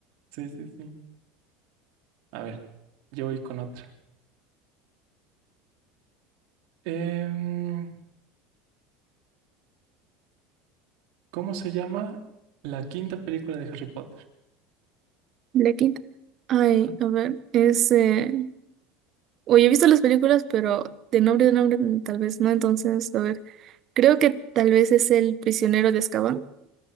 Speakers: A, on the right; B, on the right.
A: Sí, sí, sí. A ver, yo voy con otra. Em, ¿cómo se llama la quinta película de Harry Potter?
B: La quinta. Ay, a ver, es. eh, Oye, he visto las películas, pero de nombre de nombre mm, tal vez no. Entonces, a ver. Creo que tal vez es el prisionero de Azkaban.